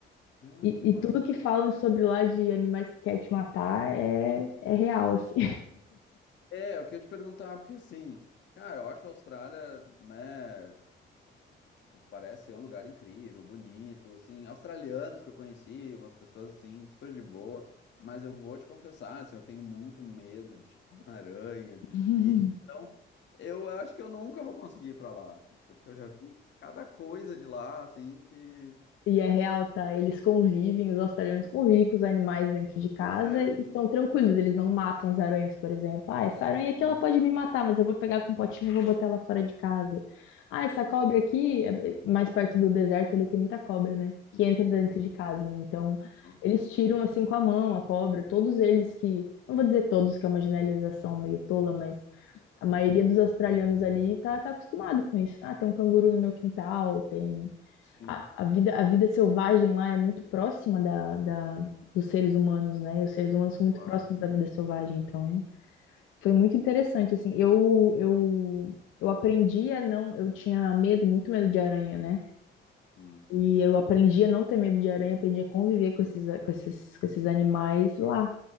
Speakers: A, on the left; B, on the left.
A: Ah,
B: E,
A: que massa.
B: e tudo que falam sobre lá de animais que quer te matar é, é real, assim.
A: É, eu queria te perguntar, porque assim, cara, eu acho a Austrália, né? Tipo, parece ser um lugar incrível, bonito, assim, australianos que eu conheci, umas pessoas assim, super de boa, mas eu vou te confessar, assim, eu tenho muito medo de tipo, <laughs> aranha, de
B: <laughs>
A: bichos, então eu acho que eu nunca vou conseguir ir pra lá, porque eu já vi cada coisa de lá, assim, que...
B: E é real, tá? Eles convivem, os australianos convivem com os animais dentro de casa
A: Pois é,
B: e estão tranquilos, eles não matam as aranhas, por exemplo. Ah, essa aranha aqui
A: sim,
B: ela pode me matar, mas eu vou pegar com um potinho e vou botar ela fora de casa. Ah, essa cobra aqui, é- é, mais perto do deserto, ele tem muita cobra, né? Que entra dentro
A: hum,
B: de casa, né? Então,
A: nossa,
B: eles tiram assim com a mão a cobra, todos eles que, não vou dizer todos, que é uma generalização meio tola, mas A maioria
A: hum,
B: dos australianos ali tá, tá acostumado com isso. Ah, tem um canguru no meu quintal, tem.
A: sim,
B: A, a vida, a vida selvagem lá é muito próxima da, da, dos seres humanos, né? E os seres humanos são muito
A: claro,
B: próximos da vida selvagem, então foi muito interessante, assim. Eu, eu, eu aprendi a não. Eu tinha medo, muito medo de aranha, né?
A: hum,
B: E eu aprendi a não ter medo de aranha, aprendi a conviver com esses, com esses, com esses animais lá